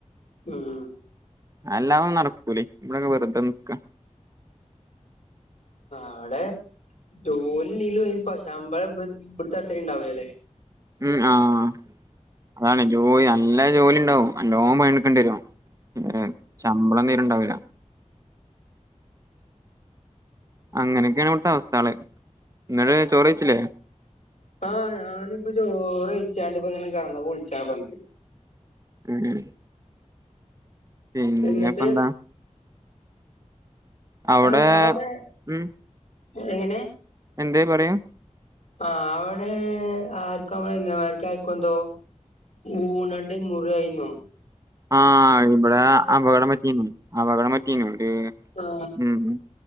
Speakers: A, on the left; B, on the right.
A: ഉം
B: അല്ലാതെ ഒന്നും നടക്കൂലെയ്‌ ഇബടെക്കെ വെറുതെ നിക്കാ
A: അവടെ ജോലിഇല്ലെങ്കിലും ഒല്ക്ക് ശമ്പളം ഇബ്ട്ത്തെ അത്തരീം ഇണ്ടാവൂലലെ
B: ഉം ആഹ് അതാണ് ജോലി നല്ല ജോലി ഉണ്ടാവും നല്ലോം പണി ഇട്ക്കെണ്ടിഎരും ഉം ശമ്പളം തീരെണ്ടാവൂലാ അങ്ങനെയൊക്കെയാണ് ഇവിടുത്തെ അവസ്ഥകള് ഇങ്ങൾ ചോറ് വൈച്ചില്ലേ
A: ആഹ് ഞാനിപ്പ ചോറ്യ്‌ച്ചാണ്ട് ഇപ്പാ ഇങ്ങനെ കിടന്നപ്പം വിളിച്ചതാണ് ഇപ്പനക്
B: ഉം ഉം പിന്നെപ്പെന്താ
A: എന്നിട്ട്
B: അവിടെ
A: ആ അവടെ
B: ഉം
A: എങ്ങനെ
B: എന്തേ പറയൂ
A: ആ അവിടെ ആർക്കോ അമ്മളെങ്ങായിമാർക് ആർക്കെന്തോ ഊണാണ്ട് മുറിയായിന്നൊ
B: ആഹ ഇബടെ അപകടം പറ്റീന്നു അപകട <unintelligible> ഉം
A: ആ
B: ഉം ഉം